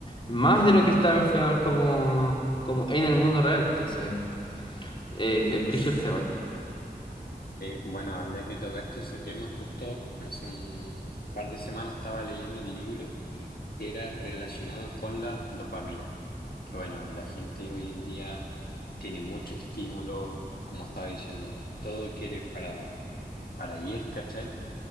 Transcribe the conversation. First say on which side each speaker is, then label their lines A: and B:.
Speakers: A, on the left; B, on the left.
A: más de lo que está al final como, como en el mundo real. Entonces, eh, es brígido
B: sí.
A: el tema.
B: Bueno, ya que tocaste ese tema, justo hace un par de semanas estaba leyendo un libro que era relacionado con la dopamina. Que bueno, la gente hoy en día tiene mucho estímulo, como estaba diciendo, todo quiere para, para ayer, ¿cachai?